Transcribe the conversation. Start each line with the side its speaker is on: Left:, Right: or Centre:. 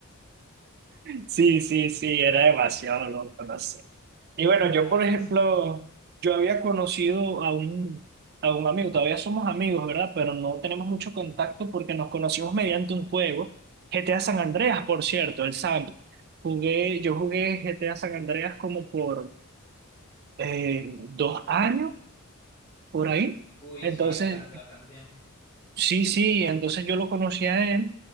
Right: Sí, sí, sí, era demasiado loco, no sé. Y bueno, yo
Left: Nada,
Right: por
Left: nada,
Right: ejemplo,
Left: sí.
Right: yo había conocido a un, a un amigo, todavía somos amigos, ¿verdad? Pero no tenemos mucho contacto porque nos conocimos mediante un juego, GTA San Andreas,
Left: Ajá.
Right: por cierto, el SAMP. Jugué, yo jugué GTA San Andreas como por eh, dos años, por ahí.
Left: Uy,
Right: Entonces,
Left: sí, bastante, bastante tiempo.
Right: Sí, sí, entonces yo lo conocí a él